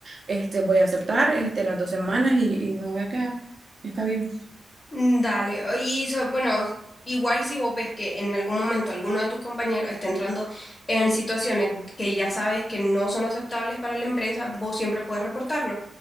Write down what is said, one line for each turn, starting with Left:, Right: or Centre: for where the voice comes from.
Right: Este, voy a aceptar este, las dos semanas y, y me voy a quedar. Está bien.
Left: Mm, Dale, o- y so- bueno, igual si vos ves que en algún momento alguno de tus compañeros está entrando en situaciones que ya sabes que no son aceptables para la empresa, vos siempre puedes reportarlo.